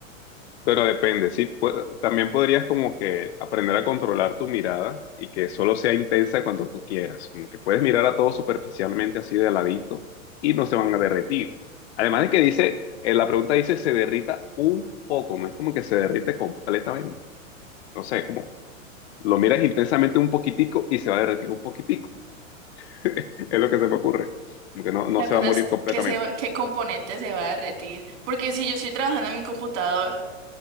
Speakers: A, on the left; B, on the right.
A: Pero depende, sí. pu- también podrías como que aprender a controlar tu mirada y que solo sea intensa cuando tú quieras. Como que puedes mirar a todo superficialmente así de ladito y no se van a derretir. Además de que dice, eh, la pregunta dice se derrita un poco, no es como que se derrite completamente. No sé, como lo miras intensamente un poquitico y se va a derretir un poquitico. <laughs> Es lo que se me ocurre. Como que no, no
B: La
A: se
B: cosa
A: va a morir
B: es
A: completamente.
B: que se, va- qué componente se va a derretir. Porque si yo estoy trabajando en mi computador,